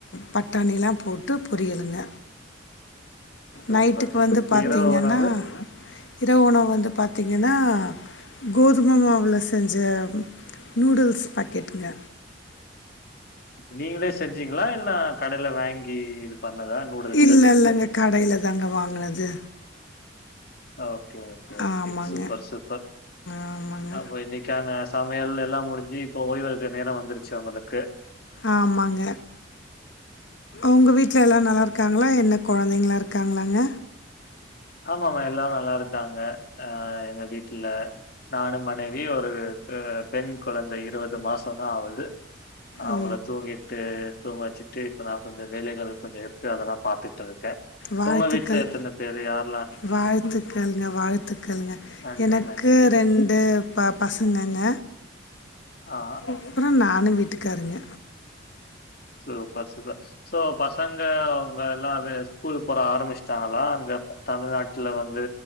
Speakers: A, on the left (about 75°); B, on the left (about 55°).
A: பட்டாணிலா போட்டு பொரியலுங்க
B: சூப்பர்
A: நைட்டுக்கு
B: சூப்பர்
A: வந்து
B: இப்ப
A: பாத்திங்கனா
B: இரவு உணவு
A: இரவு உணவு வந்து பாத்திங்கனா கோதும மாவுல செஞ்ச நூடுல்ஸ் பாக்கெட்டுங்க
B: நீங்களே செஞ்சிங்களா இல்ல கடைல வாங்கி இது பண்ணதா நூடுல்ஸு
A: இல்ல இல்லங்க கடைல தாங்க வாங்குனது
B: ஓகே ஓகே ஓகே
A: ஆமாங்க
B: சூப்பர் சூப்பர்
A: ஆமாங்க
B: அப்போ இன்னைக் தியான சமையல் எல்லா முடிஞ்சி இப்போ ஓய்வெடுக்கற நேர வந்துருச்சு உங்களுக்கு
A: ஆமாங்க உங்க வீட்ல எல்லாரு நல்லாருக் காங்ளா என்ன கொழந்தைங்ளா இருக்காங்ளாங்க
B: ஆமாமா எல்லாரு நல்லாருக்காங்க அ எங்க வீட்டுல நானு மனைவி ஒரு பெண் குழந்தை இருபது மாசந்தா ஆவுது அவுங்கள
A: ஓ
B: தூங்கிட்டு தூங்க வெச்சு ட்டு இப்பதா கொஞ்ச வேலைகள் கொஞ்ச இருக்கு அதல்லா பாத்துட்ருக்கே
A: வாழ்த்துக்கள்
B: உங்க வீட்ல எத்தன பேரு யார்
A: வாழ்த்துக்கள்ங்க வாழ்த்துக்கள்ங்க
B: நன்றி,
A: எனக்கு
B: நன்றி.
A: ரெண் டு ப பசங்கங்க
B: ஆ
A: அப்பற நானு வீட்டுக்காருங்க
B: சூப்பர் சூப்ப ஸோ பசங்க அவுங்க எல்லாமே ஸ்கூல் போற ஆரம்பிச்சுட்டாங்களா அங்க தமிழ்நாட்ல வந்து